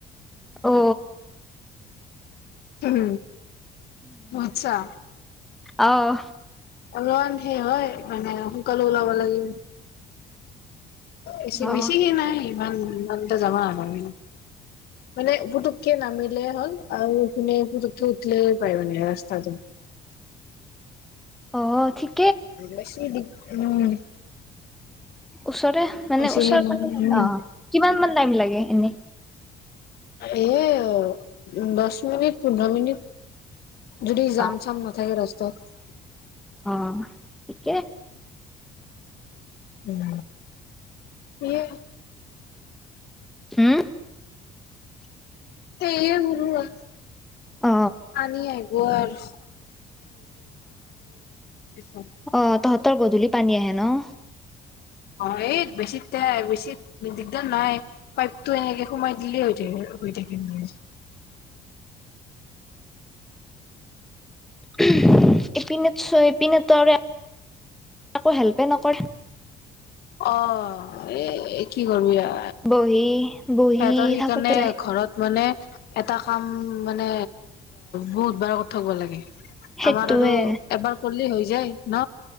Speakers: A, in the centre; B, on the left.
A: অ
B: উম অ আচছা।
A: আহ।
B: অলমান সেই হয় মানে সোনকালে ওলাব লাগে এছ
A: অ
B: বেছি সেই নাই। মান মানতে যাব ন আৰু। মানে বুতো- কে নামিলেই হ'ল আৰু কোনে পুতকি উঠিল পাৰ নে ৰাস্তাটো
A: অ ঠিক
B: বেছি দিগ উম
A: ওচৰে মানে
B: বেছি
A: ওচৰ
B: সেই নহয় উম,
A: অ কিমান মান টাইম লাগে এনে
B: এয় দহ মিনিট পোন্ধৰ মিনিট। যদি জাম
A: অ
B: চাম নাথাকে ৰাস্তাত।
A: অ ঠিকে।
B: উম সেয়ে
A: হম।
B: স গৰু আ
A: অ
B: আনি আহ গোৱাৰ <unintelligible>
A: অ' তহত। তৰ গধূলি পানী আহে ন?
B: হয় এই বেছি, তেই বেছি দিগদাৰ নাই পাইপটো এনেকে সোমাই দিলে। <unintelligible>
A: <unintelligible> পিনেতো <unintelligible> একো হেল্পেই নকৰে,
B: অ' এ কি কৰিবি আৰ।
A: বহি। বহি
B: সিহতৰ সেইকাৰণে
A: থাকোতে যায়
B: ঘৰত মানে। এটা। কাম মানে, বহুত বাৰ কৰি থাকিব লাগে।
A: সেইটোৱে
B: আমাৰ আৰু এবাৰ কৰিলেই হৈ যায় ন?